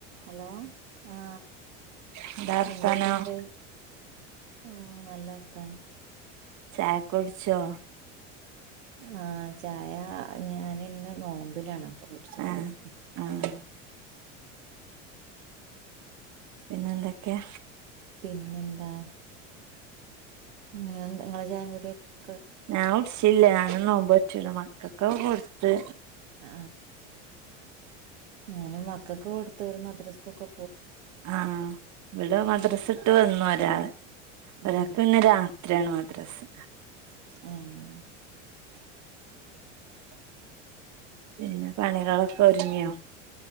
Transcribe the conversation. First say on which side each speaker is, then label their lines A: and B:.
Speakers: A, on the right; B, on the right.
A: Hello ആാ
B: എന്താ വർത്താനം
A: എന്തൊക്കെ ഒണ്ട് ഉം നല്ലാ വർത്താനം
B: ചായ ഒക്കെ കുടിച്ചോ
A: ആ ചായ ഞാന് ഇന്ന് നോമ്പിലാണ് അപ്പൊ കൂട്ടിച്ചിട്ടില്ലാ
B: ആഹ് ആഹ്
A: ഉം
B: പിന്നെ എന്തൊക്ക്യാ
A: പിന്നെന്താ നി നിങ്ങളെ ചായൻകൂടി <unintelligible>
B: ഞാൻ കൂടിച്ചില്ല ഞാനും നോമ്പ് നോറ്റ്ണ് മക്കക്കൊക്കേ കൊട്ത്ത്
A: ആ ഞാനും മക്കക്ക് കൊട്ത്ത് ഓര് മദ്രസക്കൊക്കെ
B: ആ ഇവടെ മദ്രസ് ഇട്ട് വന്നു ഒരാള് ഒരാക്ക്
A: ഉം
B: പിന്നെ രാ ത്രയാണ് മദ്രസാ
A: ആഹ്
B: പിന്നെ പണികളൊക്കെ ഒത്ങ്ങിയോ